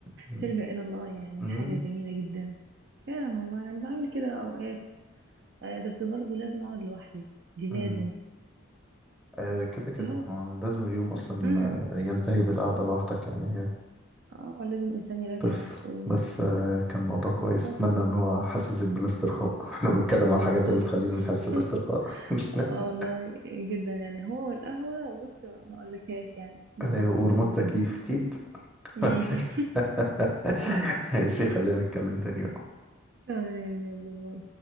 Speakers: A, in the centre; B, on the right (about 55°).
A: مم.
B: تلجأ الى الله يعني
A: مم.
B: حاجه جميله جدا فعلا والله يعني بعمل كده اوقات آه، بس برضه لازم اقعد لوحدي دي لازم
A: مم. آه كده كده
B: هو
A: آه، لازم اليوم اصلا
B: امم
A: آه، ينتهي بالقعده لوحدك يعني
B: اه لازم الانسان يراجع
A: تفصل
B: نفسه
A: بس آه كان موضوع كويس
B: بالظبط
A: اتمنى ان هو حسسك بالاسترخاء <laughs> احنا بنتكلم
B: اه
A: عن الحاجات
B: والله
A: اللي تخلينا
B: <laughs>
A: نحس بالاسترخاء <laughs>
B: اه والله جدا يعني هو والقهوة بص ما اقولكهاش يعني الموضوع
A: ايوه وريموت
B: كان لطيف جدا
A: تكييف تيت
B: <laughs> مم.
A: بس كده. <laughs> ماشي خلينا نتكلم تاني
B: تمام يلا باي